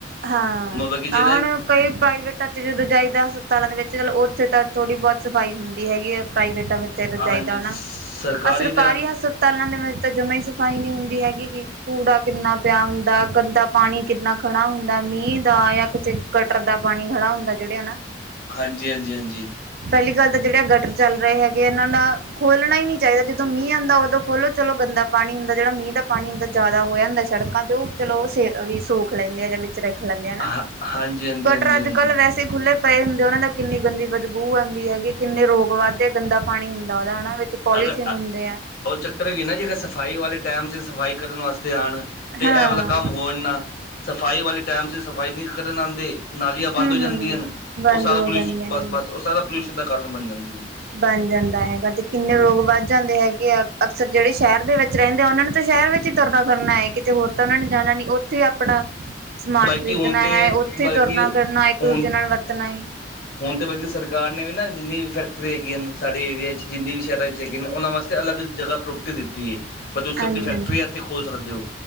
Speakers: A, on the right; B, on the left.
A: ਹਾਂ
B: ਮਤਲਬ ਕਿ ਜਿਹੜਾ
A: ਹੁਣ ਕਈ ਪ੍ਰਾਈਵੇਟ ਚ ਜਦੋਂ ਜਾਈਦਾ ਹਸਪਤਾਲਾਂ ਦੇ ਵਿੱਚ ਚਲੋ ਉੱਥੇ ਤਾਂ ਥੋੜ੍ਹੀ ਬਹੁਤ ਸਫ਼ਾਈ ਹੁੰਦੀ ਹੈਗੀ ਹੈ ਪ੍ਰਾਈਵੇਟਾਂ ਵਿੱਚ ਚਾਹੀਦਾ
B: ਹਾਂਜੀ
A: ਹਨਾ
B: ਸਰਕਾਰੀ
A: ਆ ਸਰਕਾਰੀ
B: ਦੇ
A: ਹਸਪ ਤਾਲਾਂ ਦੇ ਵਿੱਚ ਤਾਂ ਜਮਾ ਹੀ ਸਫ਼ਾਈ ਨਹੀਂ ਹੁੰਦੀ ਹੈਗੀ ਕੂੜਾ ਕਿੰਨਾ ਪਿਆ ਹੁੰਦਾ ਗੰਦਾ ਪਾਣੀ ਕਿੰਨਾ ਖੜਾ ਹੁੰਦਾ ਮੀਂਹ ਦਾ ਜਾਂ ਕਿਸੇ ਗਟਰ ਦਾ ਪਾਣੀ ਖੜਾ ਹੁੰਦਾ ਜਿਹੜੇ ਨਾ
B: ਹਾਂਜੀ ਹਾਂਜੀ ਹਾਂਜੀ
A: ਪਹਿਲੀ ਗੱਲ ਤਾਂ ਜਿਹੜੇ ਆ ਗਟਰ ਚੱਲ ਰਹੇ ਹੈਗੇ ਇਹਨਾਂ ਦਾ ਖੋਲਣਾ ਹੀ ਨੀ ਚਾਹੀਦਾ ਜਦੋਂ ਮੀਂਹ ਆਉਂਦਾ ਉਦੋਂ ਖੋਲੋ ਚਲੋ ਗੰਦਾ ਪਾਣੀ ਹੁੰਦਾ ਜਿਹੜਾ ਮੀਂਹ ਦਾ ਪਾਣੀ ਹੁੰਦਾ ਜਿਆਦਾ ਹੋਇਆ ਹੁੰਦਾ ਸੜਕਾਂ ਤੇ ਚਲੋ ਸ ਵੀ ਸੂਖ ਲੈਂਦੇ ਆ ਜਵੇ ਰ ਲੈਂਦੇ ਆ ਨਾ
B: ਹਾਂ ਹਾਂਜੀ ਹਾਂਜੀ
A: ਗਟਰ
B: ਹਾਂਜੀ
A: ਅੱਜ
B: ਹਾਂਜੀ
A: ਕੱਲ ਵੈਸੇ ਖੁੱਲ੍ਹੇ ਪਏ ਹੁੰਦੇ ਆ, ਉਹਨਾਂ ਦੇ ਕਿੰਨੀ ਗੰਦੀ ਬਦਬੂ ਆਉਂਦੀ ਹੈਗੀ, ਕਿੰਨੇ ਰੋਗ ਵੱਧਦੇ ਆ, ਗੰਦਾ ਪਾਣੀ ਹੁੰਦਾ ਉਨ੍ਹਾ ਵਿੱਚ ਪੋਲੀਥੀਨ
B: ਅਗਰ
A: ਹੁੰਦੇ ਆ।
B: ਉਹ ਚੱਕਰ ਵੀ ਏ ਨਾ ਜੀ, ਜੇ ਸਫ਼ਾਈ ਵਾਲੇ ਟਾਈਮ ਸੇਰ ਸਫ਼ਾਈ ਕਰਨ ਵਾਸਤੇ ਆਉਣ, ਤੇ
A: ਹਾਂ
B: ਇਹ ਵਾਲਾ ਕੰਮ ਹੋ ਆਨਾ, ਸਫ਼ਾਈ ਵਾਲੇ ਟਾਈਮ ਸੇਰ ਸਫ਼ਾਈ ਨਹੀਂ ਕਰਨ ਆਂਦ ਦੇ ਨਾਲੀਆਂ ਬੰਦ
A: ਹੂੰ
B: ਹੋ ਜਾਂਦੀਆਂ
A: ਹੂੰ ਬੰਦ
B: ਉਹ ਸਾਰਾ
A: ਹੋ
B: ਪੋਲਿਊਸ਼ਨ
A: ਜਾਂਦੀਆਂ
B: ਬਸ
A: ਨੇ
B: ਬਸ ਉਹ ਸਾਰਾ ਪੋਲਿਊਸ਼ਨ ਦਾ ਕਾਰਨ ਬਣ ਜਾਂਦੀ ਹੈ ਜੀ
A: ਬਣ ਜਾਂਦਾ ਹੈਗਾ ਤੇ ਕਿੰਨੇ ਲੋਕ ਵੱਧ ਜਾਂਦੇ ਹੈਗੇ ਆ ਅਕਸਰ ਜਿਹੜੇ ਸ਼ਹਿਰ ਦੇ ਵਿੱਚ ਰਹਿੰਦੇ ਆ ਉਹਨਾਂ ਨੂੰ ਤਾਂ ਸ਼ਹਿਰ ਵਿੱਚ ਹੀ ਤੁਰਨਾ- ਫਿਰਨਾ ਹੈਏ ਕਿਤੇ ਹੋਰ ਤਾਂ ਉਹਨਾਂ ਨੇ ਜਾਣਾ ਨੀ। ਉੱਥੇ ਹੀ ਆਪਣਾ ਸਮਾਨ
B: ਬਲਕਿ
A: ਖਰੀਦਣਾ
B: ਹੁਣ ਤੇ
A: ਹੈ ਉੱਥੇ
B: ਬਲਕਿ
A: ਤੁਰਨਾ- ਫਿਰਨਾ ਇੱਕ-
B: ਹੁਣ
A: ਦੂਜੇ ਨਾਲ ਵਰਤਣਾ।
B: ਹੁਣ ਤੇ ਬਲਕਿ ਸਰਕਾਰ ਨੇ ਵੀ ਨਾ ਜਿੰਨੀ ਵੀ ਫੈਕਟਰੀਆਂ ਹੈਗੀਆਂ ਨੇ ਸਾਡੇ ਏਰੀਆ ਚ' ਜਿੰਨੇ ਵੀ ਸ਼ਹਿਰਾਂ ਵਿੱਚ ਹੈਗੇ ਨੇ ਉਹਨਾਂ ਵਾਸਤੇ ਅਲੱਗ੍ ਪ੍ਰੋਪਟੀ ਦਿੱਤੀ ਹੈ। ਪਰ ਤੁਸੀਂ
A: ਹਾਂਜੀ
B: ਆਪਣੀ ਫੈਕਟਰੀ
A: ਹਾਂਜੀ
B: ਹੈ ਇੱਥੇ ਖੋਲ੍ਹ ਸਕਦੇ ਹੋ।